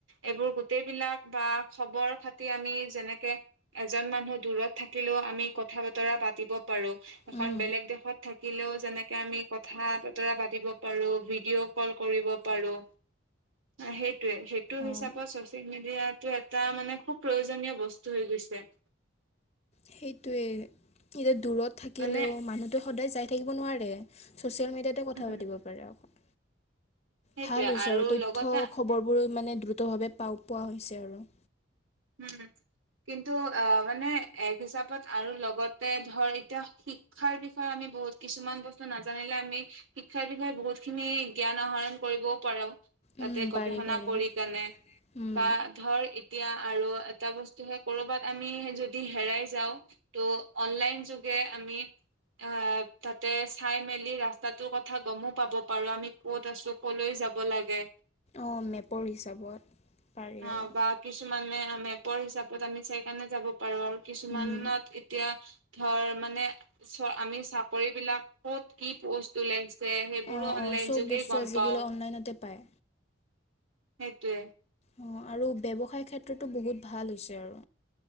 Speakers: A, on the right (about 85°); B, on the left (about 35°).
A: এইবোৰ গোটেইবিলাক বা খবৰ -খাতি আমি যেনেকে এজন মানুহ দূৰত থাকিলেও আমি কথা বতৰা পাত পাতিব পাৰো এখন
B: উম
A: বেলেগ দেশত থাকিলেও যেনেকে আমি কথা- বতৰা পাতিব পাৰোঁ ভিডিঅ কল কৰিব পাৰোঁ সেইটোৱে -সেইটো হিচাপত
B: অঁ
A: চচিয়েল মিডিয়াটো এটা মানে খুব প্ৰয়োজনীয় বস্তু হৈ গৈছে। <inaudible>
B: সেইটোৱে এতিয়া দূৰত থাকিলেও
A: মানে
B: মানুহটো সদায় যাই থাকিব নোৱাৰে ছ'চিয়েল মিডিয়াতে কথা
A: উম
B: পাতিব পাৰে আ
A: সেইটোৱে
B: ভাল হৈছে আৰু তথ্য
A: লগতে
B: খবৰ বোৰো মানে দ্ৰুত ভাৱে পাও পোৱা হৈছে আৰু।
A: উম কিন্তু, অ' মানে এক হিচাপত আৰু লগতে ধৰ এতিয়া শিক্ষাৰ বিষয়ে আমি বহুত কিছুমান বস্তু নাজানিলে আমি শিক্ষাৰ বিষয়ে বহুত খিনি জ্ঞান আহৰণ কৰিবও পাৰো। তাতে
B: উম
A: গৱেষণা
B: পাৰি পাৰি
A: কৰি কেনে
B: উম
A: বা ধৰ এতিয়া আৰু এটা বস্তু হে কৰবাত আমি যদি হেৰাই যাওঁ ত ' অনলাইন যোগে আমি অহ, তাতে চাই মেলি ৰাস্তাটোৰ কথা গমো পাব পাৰো আমি ক'ত আছো কলৈ য যাব লাগে।
B: অহ, মেপৰ হিচাপত পাৰি
A: অ
B: আৰু।
A: বা কিছুমানে মেপৰ হিচাপত আমি চাই কেনে যাব পাৰো আৰু কিছুমানত
B: উম
A: এতিয়া ধৰ মানে চ আমি চাকৰি বিলাক ক'ত কি প'ষ্ট ওলাইছে যে সেইবোৰো
B: অঁ
A: অনলাইন
B: অঁ চব
A: যোগে
B: বস্তু
A: গম
B: আজিকালি
A: পাও
B: অনলাইনতে পায়
A: সেইটোৱে।
B: অঁ আৰু ব্যৱসায়ৰ ক্ষেত্ৰতো বহুত ভাল হৈছে আৰু